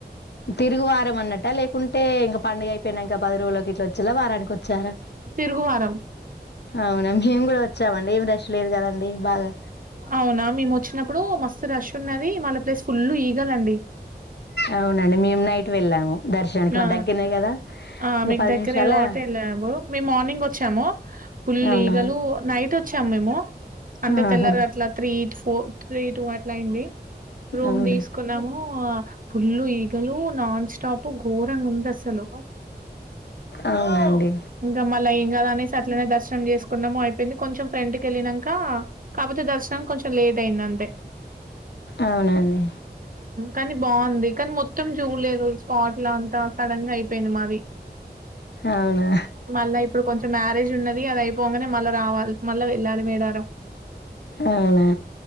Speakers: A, on the left (about 80°); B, on the right (about 55°).
A: తిరుగు వారం అన్నట లేక కుంటే ఇంక పండుగ అయిపోయినంక బదిరోలకి ఇట్లా వచ్చిలా వారానికి వచ్చారా
B: తిరుగువారం
A: అవునా మేము కూడా వచ్చామండి ఏం రష్ లేదు కదండి బాగా
B: అవునా మేము వచ్చినప్పుడు మస్తు రష్ ఉన్న ది మళ్ళ ప్లేస్ ఫుల్ ఈగలండి
A: అవునండి మేము నైట్ వెళ్ళాము దర్శనానికి
B: ఆ
A: మా దగ్గరనే కదా
B: ఆ
A: ఇక
B: మీకు
A: పది
B: దగ్గరే
A: నిమిషాల
B: కాబట్టి వెళ్ళము మేము మార్నింగ్ వచ్చాము ఫుల్
A: అవునా
B: ఈగలు నైట్ వచ్చాము మేము అంటే
A: ఆహా
B: తెల్లర అట్లా three two four three two అట్లయింది రూమ్
A: అవును
B: తీసుకున్నాము ఆ ఫుల్ ఈగలూ నాన్ స్టాప్ ప్పు ఘోరంగా ఉంది అసలు
A: అవునండి
B: ఇంకా మళ్ళా ఏం కాదనేసి అట్లనే దర్శనం చేసుకున్నము అయిపోయింది కొంచెం ఫ్రెంట్కి వెళ్ళినక కాకపోతే దర్శనం కొంచెం లేట్ అయింది అంతే
A: అవునండి
B: కానీ బాగుంది కానీ మొత్తం చూడలేదు అట్ల అంతా సడన్ గా అయిపోయింది మాది
A: అవునా
B: మళ్ళా ఇప్పుడు కొంచ మారేజ ఉన్నది అయిపోగానే మళ రావాలి మళ వెళ్ళాలి మేడారం
A: అవునా